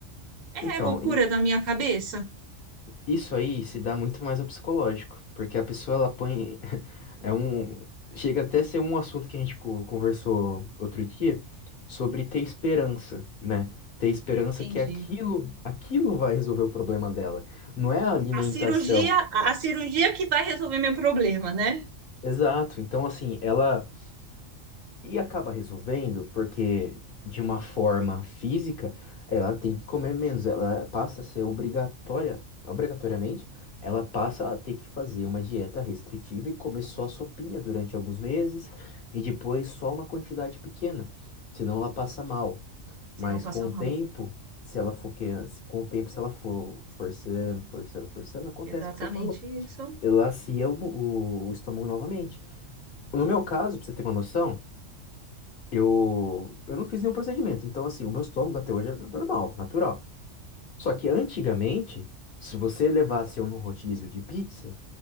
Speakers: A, on the left (about 50°); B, on the right (about 85°).
A: Então,
B: É é loucura
A: e-
B: da minha cabeça.
A: isso aí se dá muito mais ao psicológico, porque a pessoa ela põe <laughs> é um chega até a ser um assunto que a gente co- conversou outro dia sobre ter esperança, né? Ter esperança
B: Entendi.
A: que aquilo, aquilo vai resolver o problema dela. Não é a alimentação,
B: A cirurgia, a a cirurgia que vai resolver meu problema, né?
A: Exato. Então, assim, ela e acaba resolvendo porque de uma forma física, ela tem que comer menos, ela passa a ser obrigatória, obrigatoriamente, ela passa a ter que fazer uma dieta restritiva e comer só sopinha durante alguns meses e depois só uma quantidade pequena, senão ela passa mal. Mas
B: Se não passar
A: com
B: mal.
A: o tempo, se ela for que com o tempo se ela for forçando, forçando, forçando, acontece
B: Exatamente
A: o que você falou.
B: isso.
A: Elacia o, o o estômago novamente. No meu caso, pra você ter uma noção, eu, eu não fiz nenhum procedimento. Então, assim, o meu estômago até hoje é normal, natural. Só que antigamente, se você levasse eu no rodízio de pizza,